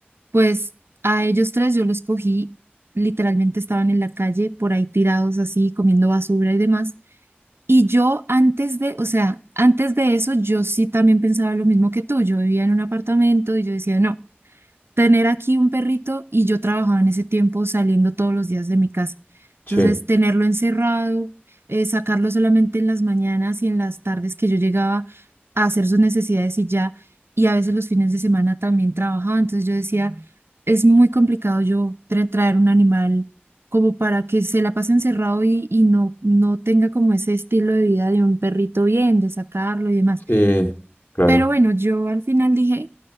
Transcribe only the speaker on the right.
pues a ellos tres yo los cogí, literalmente estaban en la calle por ahí tirados así, comiendo basura y demás. Y yo antes de, o sea, antes de eso, yo sí también pensaba lo mismo que tú. Yo vivía en un apartamento y yo decía, no tener aquí un perrito y yo trabajaba en ese tiempo saliendo todos los días de mi casa. Entonces,
tenerlo encerrado, eh, sacarlo solamente en las mañanas y en las tardes que yo llegaba a hacer sus necesidades y ya, y a veces los fines de semana también trabajaba. Entonces yo decía, es muy complicado yo tra- traer un animal como para que se la pase encerrado y, y no, no tenga como ese estilo de vida de un perrito bien, de sacarlo y demás.
Pero bueno, yo al final dije,